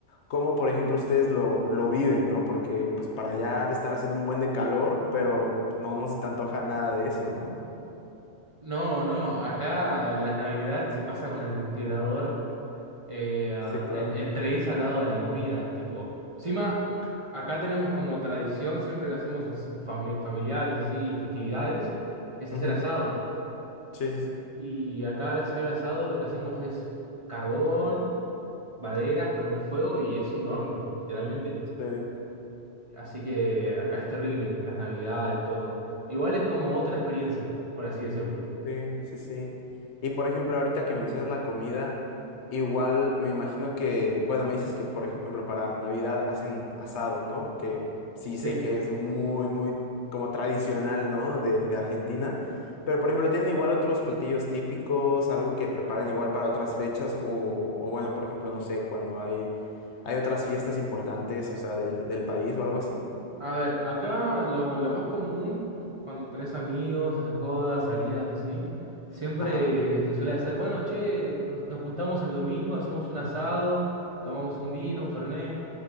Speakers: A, on the left (about 70°); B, on the right (about 30°).
A: cómo, por ejemplo, ustedes lo, lo viven, ¿no? Porque pues para allá ha de estar haciendo un buen de calor, pero pues, no, no se te antoja nada de eso, ¿no?
B: No, no, acá la Navidad se pasa con el ventilador eh, a-
A: Sí, claro.
B: en- entre esa al lado de la comida, tipo. Encima, acá tenemos como tradición, siempre que hacemos as- fami- familiares así, festividades, es
A: Ujú.
B: hacer asado.
A: Sí, sí, sí.
B: Y acá al hacer el asado lo que hacemos es carbón, maderas, prender fuego y es un horno, literalmente.
A: Sí.
B: Así que acá es terrible, las Navidades, todo. Igual es como otra experiencia, por así decirlo.
A: Sí, sí, sí. Y por ejemplo, ahorita que mencionas la comida, igual me imagino que, bueno, me dices que por ejemplo para Navidad hacen asado, ¿no? Que sí
B: Sí.
A: sé que es muy, muy como tradicional, ¿no? De, de Argentina. Pero por ejemplo, ¿tienen igual otros platillos típicos, algo que preparen igual para otras fechas? O, o bueno, por ejemplo, no sé, cuando hay, hay otras fiestas importantes, o sea, de- del país o algo así.
B: A ver, acá lo, lo más común cuando tenés amigos, haces jodas, salidas así, siempre
A: Ajá.
B: se suele hacer, bueno, che, nos, nos juntamos el domingo, hacemos un asado, tomamos un vino, un fernet.